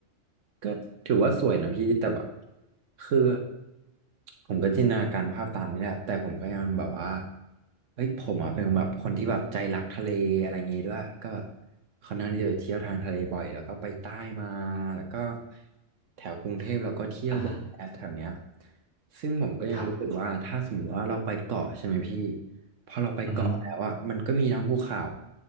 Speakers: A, on the right (about 70°); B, on the right (about 25°).
A: ก็ถือว่าสวยนะพี่แต่แบบคือผมก็จินตนาการภาพตามนี้แหละแต่ผมก็ยังแบบว่าเฮ้ยผมอ่ะเป็นแบบคนที่แบบใจรักทะเลอะไรเงี้ยด้วยก็แบบค่อนข้างที่จะไปเที่ยวทางทะเลบ่อยแล้วก็ไปใต้มาแล้วก็แถวกรุงเทพเราก็เที่ยวบ่อยแถวเนี้ย
B: อ่าฮะ
A: ซึ่งผมก็ยังรู้สึกว่าถ้าสมมติว่าเราไปเกาะใช่ไหมพี่
B: ครับ
A: พอเราไปเกาะแล้วอ่ะมันก็มีทั้งภูเขา
B: อือฮึ